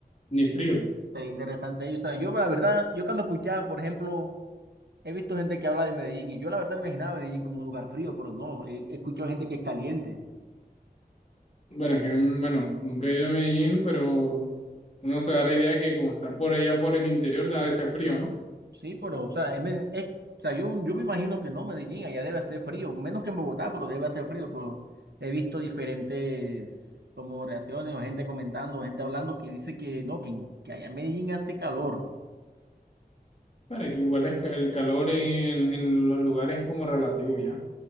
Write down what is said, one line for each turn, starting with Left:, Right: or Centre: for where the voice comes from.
Left: ni frío.
Right: Sería interesante. Y, o sea, yo la verdad, yo cuando escuchaba, por ejemplo, he visto gente que habla de Medellín y yo la verdad imaginaba Medellín como un lugar frío, pero no, he, he escuchado gente que es caliente.
Left: Bueno, es que, mm, bueno, nunca he ido a Medellín, pero uno se da la idea de que como está por allá, por el interior, da ese frío, ¿no?
Right: Sí, pero, o sea, es Med- es- o sea, yo, yo me imagino que no, Medellín, allá debe hacer frío, menos que en Bogotá, pero debe hacer frío, pero he visto diferentes como reacciones o gente comentando, gente hablando que dice que no, que, en- que allá en Medellín hace calor.
Left: Bueno, que igual es ca- el calor en, en los lugares como relativo ya.